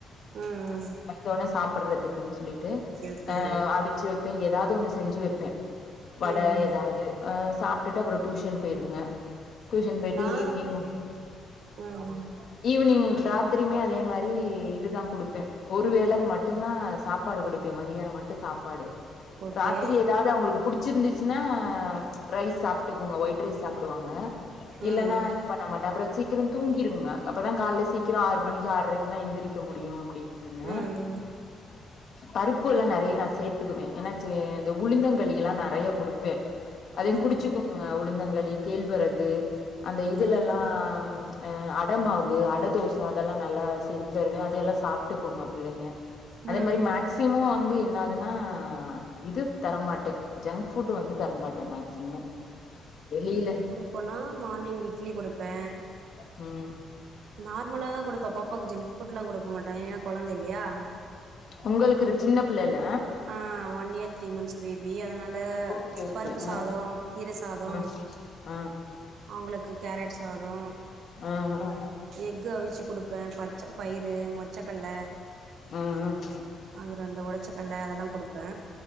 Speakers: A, on the right; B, on the left.
A: ம்ம்
B: தொண்ண சாப்பிடறதுக்குன்ஸ் சொல்லிட்டு
A: ஓகே
B: அ அவிச்சு வைப்பே ஏதாவது ஒண்ணு செஞ்சு வைப்பே வட
A: ம்
B: ஏதாவது ஆ சாப்ட்டுட்டு அப்புறோ டியூஷன் போயிருங்க டியூஷன் போயிட்டு
A: நா
B: ஈவினிங்
A: ம்
B: ஈவினிங் ட்ராத்திரியுமே அதே மாரி இதுதா குடுப்பே ஒருவேள அது மட்டுந்தா சாப்பாடு குடுப் பே மதியானோ மட்டு சாப்பாடு
A: ஓகே
B: ராத்திரி ஏதாவது அவங்களுக்குப் பிடிச்சிருந்துச்சின்னா ம்ச் ரைஸ் சாப்ட்டுக்குங்க ஒயிட் ரைஸ் சாப்பிடுவாங்க இல்லன்னா
A: ம்
B: இது பண்ண மாட்டே அப்புறோ சீக்கிரோ தூங்கிருங்க அப்பதா கால்ல சீக்கிரோ ஆறு மணிக்கு ஆறைக்லா எந்திரி க்க முடியு அப்டின்ட்டுன்னு
A: ம்
B: பருப்பு எல்லா நெறைய நா சேத்துக்குவே ஏனாச்சே இந்த உளுந்தங்களி எல்லா நெறைய குடுப்பே அதையு
A: ம்
B: குடிச்சுக்கோங்க உளுந்தங்களி கேழ்வரகு அந்த இதுல
A: ம்
B: எல்லா ம்ச் அ அட மாவு அட தோச அதெல்லா நல்லா செஞ்சு தருவே அதெல்லா சாப்பிட்டுக்கோங்க பிள்ளைங்க அதே
A: ம்
B: மாரி
A: ம்
B: மேக்சிமோ வந்து என்னதுன்னா இது தரமாட்டே ஜங் ஃபுட் வந்து தரமாட்டே மேக்சிமோ வெளியில
A: போனா மார்னிங் இட்லி குடுப்பே
B: ம்
A: நார்மலா தா கொடுப்பா பாப்பாவுக்கு ஜங்க் ஃபுட்லா குடுக்க மாட்டோ ஏன்னா குழந்த இல்லையா
B: உங்களுக்கு ஒரு சின்ன பிள்ளைல
A: ஆ one year three month baby அதனால
B: ஓகே
A: ம்ச்
B: ஓகே
A: பருப்பு
B: ஆ
A: சாதோ கீர சாதோ
B: ஆ ஆ
A: அவங்களுக்கு கேரட் சாதோ
B: ஆ அஹ
A: எக்கு அவிச்சு குடுப்பே பச்ச பயிறு மொச்சக்கல
B: ம் ம்
A: அவரு அந்த ஒடச்சக்கல்ல அதெல்லா குடுப்பே